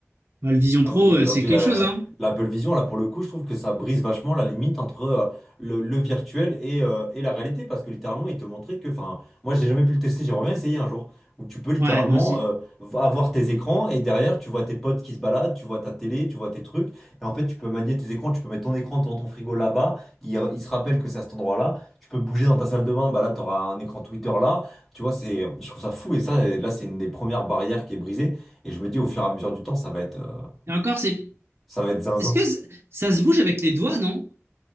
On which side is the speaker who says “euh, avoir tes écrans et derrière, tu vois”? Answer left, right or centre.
Centre